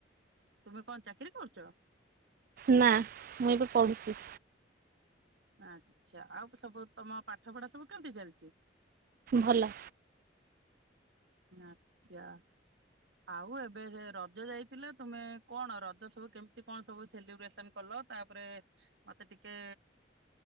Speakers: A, on the right; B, on the right.
A: ତୁମେ କଣ ଚାକିରିୀ କରୁଛ।
B: ନା ମୁଁ ଏବେ ପଢୁଛି।
A: ଆଚ୍ଛା ଆଉ ସବୁ ତମ ପାଠ ପଢା ସବୁ କେମିତି ଚାଲିଛି?
B: ଭଲ।
A: ଆଚ୍ଛା। ଆଉ ଏବେ ରଜ ଯାଇଥିଲା ତୁମେ କଣ ରଜ ସବୁ କେମତି କଣ ସବୁ ସେଲିବ୍ରେସନ କଲ। ଲ ତାପରେ ମତେ ଟିକେ।